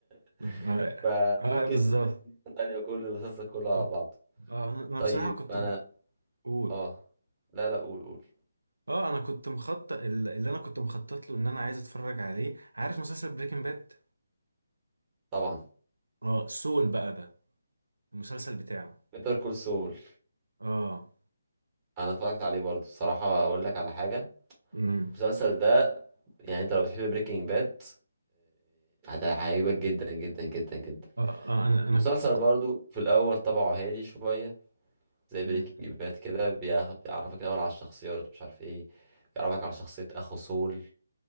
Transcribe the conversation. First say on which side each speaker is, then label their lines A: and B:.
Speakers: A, on the right (about 20°); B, on the right (about 80°).
A: <laughs>
B: اه
A: فممكن
B: آه، بالظبط
A: تديله فرصة تانية كل المسلسل كله على
B: اه
A: بعضه
B: آه، انا
A: طيب
B: بصراحه كنت
A: انا
B: قول
A: اه لا لا قول قول
B: اه انا كنت مخطط اللي انا كنت مخطط له ان انا عايز اتفرج عليه عارف مسلسل بريكنج باد
A: طبعا
B: اه سول بقى ده المسلسل بتاعه
A: بيتر كول سول
B: اه
A: انا اتفرجت عليه برضه صراحة اقول لك على حاجة
B: امم
A: المسلسل ده يعني انت لو بتحب بريكنج باد هيعجبك جدا جدا جدا جدا
B: اه آه، انا انا
A: مسلسل برضو في الاول طبعه هادي شويه زي
B: مم.
A: بريكنج باد كده بياخد بيعرفك الاول على الشخصيات مش عارف ايه بيعرفك على شخصيه اخو سول